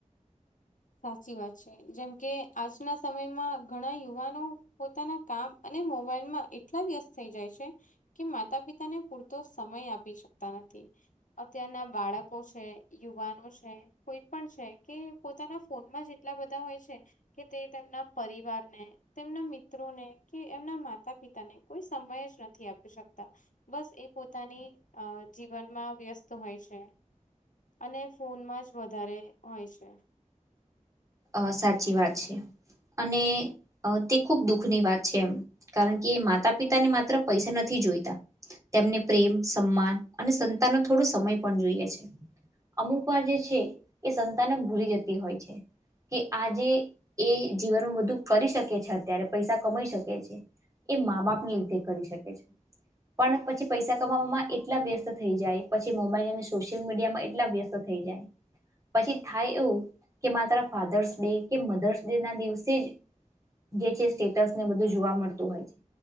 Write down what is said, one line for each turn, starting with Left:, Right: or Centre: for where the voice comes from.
Left: સાચી વાત છે જેમ કે આજના સમયમાં ઘણા યુવાનો પોતાના કામ અ. ને મોબાઈલ માં એટલા વ્યસ્ત થઈ જાય છે કે માતા પિતાને પૂરતો સમય આપી શકતા નથી. અત્યારના બાળકો છે યુવાનો છે કોઈ પણ છે કે પોતાના. ફોનમાં જેટલા બધા હોય છે કે તે તેમના પરિવારને તેમના મિત્રોને કે એ મના માતા પિતાને કોઈ સમય જ નથી આપી શકતા બસ એ પોતાની અ જીવન. માં વ્યસ્ત હોય છે અને ફોનમાં જ વધારે હોય છે.
Right: અ સાચી વાત છે. અને અ તે ખૂબ દુઃખની વાત છે એમ કારણ કે માતા પિતાને માત્ર પૈસા નથી. જોઈતા તેમને પ્રેમ સન્માન અને સંતાનનો થોડો સમય પણ જોઈએ છે. અમુક વાર જે છે એ સંતાનો જ ભૂલી જતી હોય છે. કે આજે એ જીવનમાં બધું કરી શકે છે અત્યારે પૈસા કમાઈ શકે છે. એ મા બાપને લીધે કરી શકે છે. પણ પછી પૈસા કમાવામાં એટલા વ્યસ્ત થઈ જાય, પછી મોબાઈલ અને સોશિયલ મીડિયા માં એટલા વ્યસ્ત થઈ થઈ જાય, પછી થાય એવું. કે માત્ર ફાધર્સ ડે કે મધર્સ ડે ના દિવસે જ. જે છે, સ્ટેટસ ને બધું જોવા મળતું હોય છે.